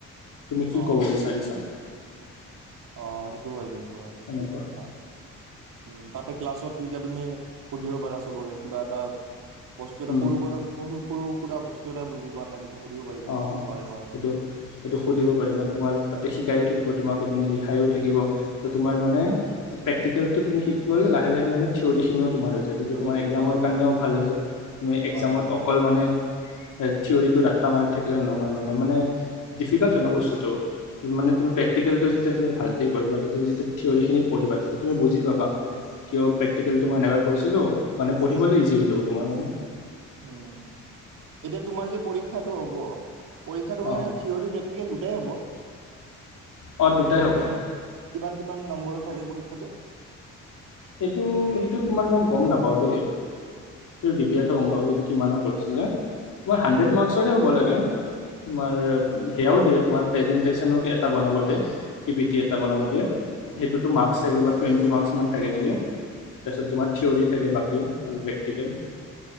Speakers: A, on the left; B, on the right.
A: তুমি কি
B: অ
A: ক'ব বিচাৰিছা?
B: অ' সেইটো হয় কিন্তু। লোৱাটো
A: এনেকুৱা
B: ঠিক কথা। উম। তাতে ক্লাছত তো এতিয়া তুমি সুধিব পাৰা চবকে কিবা এটা বস্তু এটা
A: উম
B: সৰু-সুৰা <unintelligible> সৰু-সুৰা ব্স্তু এটা বুজি পোৱা নাই। তুমি সুধিব পাৰিবা
A: অ'
B: একচুৱেলি হয় হয় হয়
A: সেইটো-সেইটো
B: উম
A: সুধিব পাৰিবা। তোমাৰ তাতে শিকায়ো থাকিব তোমাক এপিনে লি খাইও থাকিব তো তোমাৰ মানে প্ৰেক্টিকেলটো তুমি শিকি গ'লে লাহে লাহে মানে থিয়ৰী খিনিও তোমাৰ হৈছে তেতিয়া
B: থিয়ৰিখিনি
A: তোমাৰ একজামৰ
B: অ
A: কাৰণেও ভাল হৈছে তুমি এক্জামত
B: হয় হয়
A: অকল মানে থিয়ৰটো ৰা মাৰ থাকিলে নহয় মানে মানে ডিফিকাল্ট হয় ন বস্তুতটো মানে
B: উম
A: তুমি
B: হুম
A: প্ৰেকটিকেলটো
B: হুম
A: যেতিয়া তুমি ভালকৈ কৰিবা তেতিয়া যেতিয়া থিয়ৰৰিখিনি পঢ়িবা তেতিয়া তুমি বুজি পাবা কিয় প্ৰেক্টিকেলটো মই এনেকুৱা কৰিছিলোঁ মানে পঢ়িবলৈ ইজি হৈ যাব তোমাৰ মানে
B: উম এতিয়া তোমাৰ যে পৰীক্ষাটো হ'ব পৰীক্ষাটো
A: অ
B: মানে থিয়ৰৰি প্ৰে্টিকেল দু হ'ব
A: অ দুটাই হ'ব
B: কিমান কিমান নম্বৰ থাকে পৰীক্ষাটো
A: সেইটো সেইটো তোমাৰ মই গম নাপাওঁ দেই সেইটো দিবি এঠ গম পাব এইটো কিমানৰ কৰিছিলে তোমাৰ
B: আচ্ছা
A: হাড্ৰেড মাৰ্কচৰে হ'ব লাগে তোমাৰ সেয়াও দিয়ে তোমাৰ প্ৰেজেন্টেচনো এটা বনাব দিয়ে পি পি টি
B: উম
A: এটা বনাব দিয়ে
B: উম
A: সেইটোতো মাৰ্কস থাকিব টুৱেন্টি মাৰ্কচ মান থাকে নেকি তাৰপিছত
B: উম
A: তোমাৰ
B: উম
A: থিয়ৰি থাকে বাকী আৰু প্ৰেটিকেল